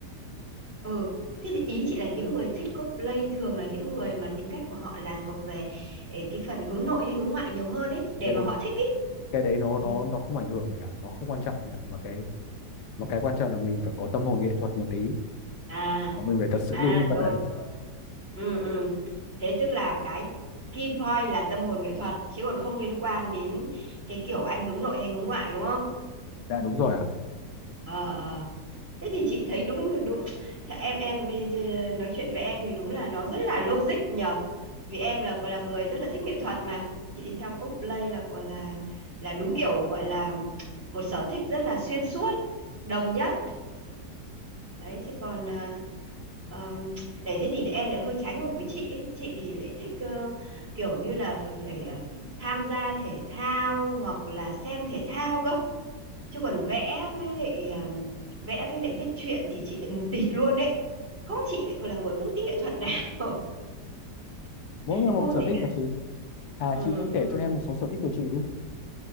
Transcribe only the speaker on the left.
Cái
đấy
cái đấy nó
nó nó không ảnh hưởng gì cả, nó không quan trọng gì cả. Mà cái mà cái quan trọng là mình phải có tâm hồn nghệ thuật một tí,
và mình phải thật sự
yêu nhân vật
đấy.
Dạ đúng
rồi ạ.
Mỗi người
một
sở
thích
mà chị. À
chị cũng kể
cho em một số sở thích của chị đúng.